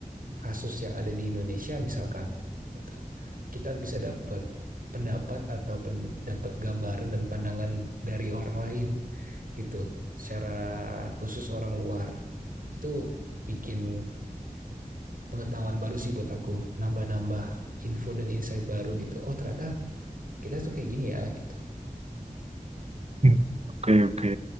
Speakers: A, on the right; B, on the right.
A: kasus yang ada di Indonesia misalkan gitu. Kita bisa dapat pendapat atau pendapat gambaran dan pandangan dari orang lain gitu secara khusus orang luar itu bikin pengetahuan baru sih buat aku nambah-nambah info dan insight baru gitu oh ternyata kita tuh kayak gini ya gitu
B: Hmm, Oke, oke.